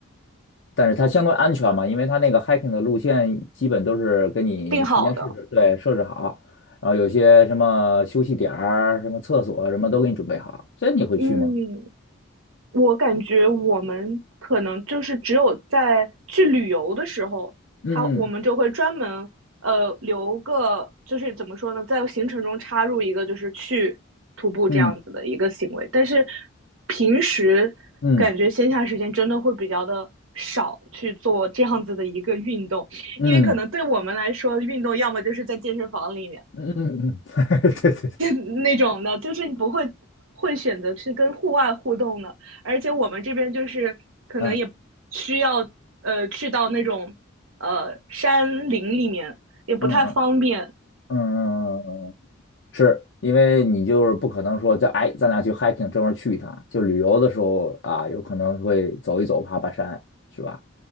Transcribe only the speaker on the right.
定好的。
嗯，我感觉我们可能就是只有在去旅游的时候，
他我们就会专门呃留个，就是怎么说呢，在行程中插入一个就是去徒步这样子的一个行为。
但是平时感觉闲暇时间真的会比较的少去做这样子的一个运动，
因为可能对我们来说，运动要么就是在健身房里面。
<laughs> 那种的，就是你不会会选择去跟户外互动的，而且我们这边就是可能也需要呃去到那种呃山林里面，
也不太方便。